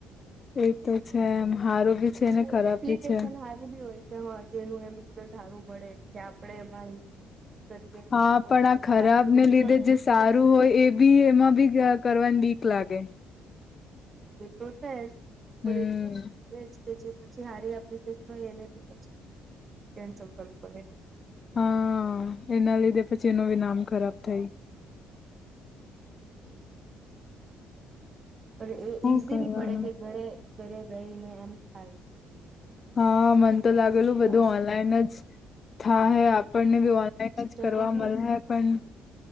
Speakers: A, on the left; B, on the right.
A: એતો છે એમ હારું ભી છે ને
B: કોઈ
A: ખરાબ
B: એપ્લિકેશન
A: ભી છે.
B: હારી બી હોય કેજ એનું એમ રલ્ટ સારું મળે કે આપડે એમાં કરીએ
A: હા
B: કોઈ
A: પણ
B: કોર્સમાંથી
A: આ ખરાબ
B: એ લોકો
A: ને લીધે
B: સર્ટિફિકેટ
A: જે સારું હોય એ બી એમાં બી કરવાની બીક લાગે.
B: એ તો છે શું
A: હમ
B: કરે છે. જ કે જે પછી હારી એપ્લેશન હોય એને બી પછી કેન્સલ કરવું પડે.
A: હા એના લીધે પછી એનું બિ નામ ખરાબ થાય.
B: એ
A: હું
B: ઈઝી
A: કરવાનું
B: બી પડે કે ઘરે ઘરે બેહીને એમ થાય.
A: હા મન તો લાગેલું
B: કોર્સ
A: બધું ઓનલાઈન
B: બધા
A: જ થા હૈ આપણને બી ઓનલાઈન
B: સ્ટડી
A: જ કરવા
B: બી
A: મળે હ પણ